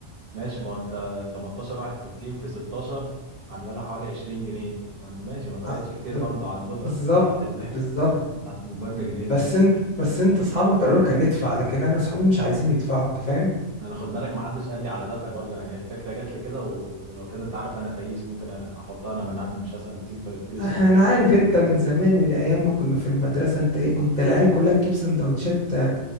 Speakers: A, on the right; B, on the left.
A: ماشي ما انت 18 واحد في التيم في 16 عامله لها حوالي 20 جنيه ماشي ما فرقتش
B: آه،
A: كتير برضه عن دولار
B: بالظبط
A: بتاعت ال...
B: بالظبط
A: <laughs> بتاعت المبرمج الهندي
B: بس انت بس انت اصحابك قالوا لك هندفع لكن انا اصحابي مش عايزين يدفعوا انت فاهم
A: انا خد بالك ما حدش قال لي على دفع برضه يعني الفكرة جات لي كده ولو كده انت عارف انا فايس ممكن احطها انا من عندي مش هسأل التيم في فلوس
B: اه،
A: يعني
B: انا عارف انت من زمان من ايام ما كنا في المدرسه انت ايه كنت العيال كلها تجيب سندوتشات اه،